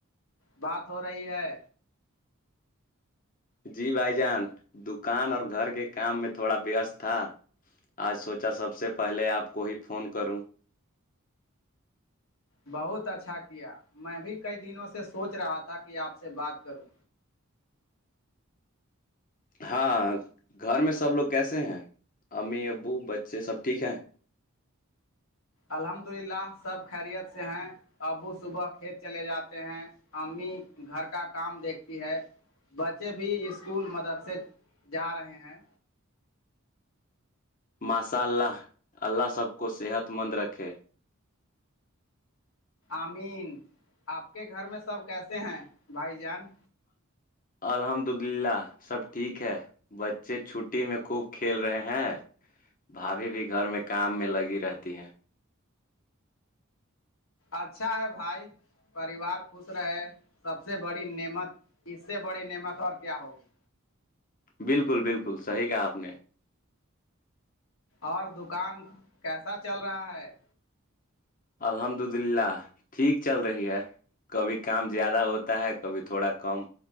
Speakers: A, on the left; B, on the left.
A: بات ہو رہی ہے
B: جی بھائی جان دکان اور گھر کے کام میں تھوڑا بیست تھا آج سوچا سب سے پہلے آپ کو ہی فون کروں
A: بہت اچھا کیا میں بھی کئی دنوں سے سوچ رہا تھا کہ آپ سے بات کروں
B: ہاں گھر میں سب لوگ کیسے ہیں امی ابو بچے سب ٹھیک ہیں
A: الحمد للہ سب خیریت سے ہیں ابو صبح کھیت چلے جاتے ہیں امی گھر کا کام دیکھتی ہے بچے بھی اسکول مدرسے جا رہے ہیں
B: ماشاء اللہ اللہ سب کو صحت مند رکھے <inaudible>
A: آمین آپ کے گھر میں سب کیسے ہیں بھائی جان
B: الحمد للہ سب ٹھیک ہے بچے چھٹی میں خوب کھیل رہے ہیں بھاابھی بھی گھر میں کام میں لگی رہتی ہیں
A: اچھا ہے بھائی پریوار خوش رہے سب سے بڑی نعمت اس سے بڑی نعمت اور کیا ہوگی
B: بالکل بالکل صحیح کہ آپ نے
A: اور دکان کیسا چل رہا ہے
B: الحمد للہ ٹھیک چل رہی ہے کبھی کام زیادہ ہوتا ہے کبھی تھوڑا کم